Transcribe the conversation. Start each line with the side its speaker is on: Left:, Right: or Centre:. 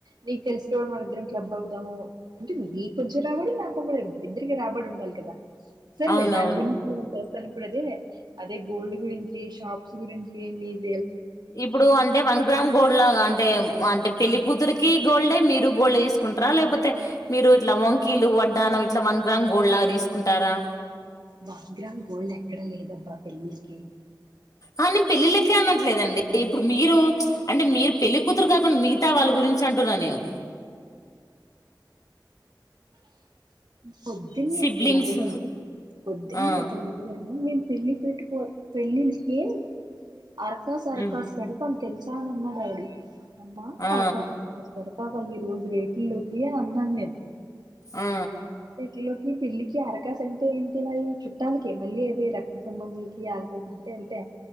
Right: నీకు తెలుసుకోవడం మళ్ ఇద్దరం క్లబ్ అవుదాము అంటే నీ కొంచెం రాబడం నా కొమ్మడి ఇద్దరిక రాబడి ఉండాలి. కదా సరలేదు
Left: అవునవును
Right: దాని గురించి నే చేస్తాను ఇప్పుడు అదే అదే గోల్డ్ గురించి షాప్స్. గురించి ఏ.
Left: ఇప్పుడు అంటే వన్ గ్రామ్ గోల్డ్ లాగా అంటే. అంటే పెళ్లి కూతురికి గోల్డే మీరు గోల్డ్ తీసుకుంటారా లేకపోతే మీరు ఇట్లా వంకీలు వడ్డానం. ఇట్లా వన్ గ్రామ్ గోల్డ్ లాగా తీసుకుంటారా.
Right: వన్ గ్రామ్ గోల్డ్ ఎక్కడ లేదండి ఆభ్యస్లి.
Left: ఆ నేను పెళ్ళిళ్ళకే అనట్లేదండి. ఇప్పుడు మీరు అంటే మీరు పెళ్ళికతురు కాకుండా మిగతా వాళ్ళ గురించి అంటున్నా నేను.
Right: పొద్దున్న
Left: సిబ్లింగ్స్
Right: ఒకల్నీ నడిగాను పొద్దున్న
Left: ఆ
Right: ఒకల్నీ అడిగాను మేము పెళ్లి. పెట్టుకో పెళ్ళిళకిం అరకాస్ అరకాస్
Left: ఉమ్,
Right: పెడకని తెలుసు. ఇస్తా అన్నడాడి అమ్మా
Left: ఆ
Right: మరకా <inaudible> పాపామ్ ఈ రోజు రేట్ల్కి అన్నాను నేను
Left: ఆ
Right: రేట్లోకి. ఈ పిల్లికి అరకాసు అంటే ఏంటి మరి చుట్టాలకే మళ్ళీ అది రక్త సంబంధులకి ఆకా. అంటే అంతే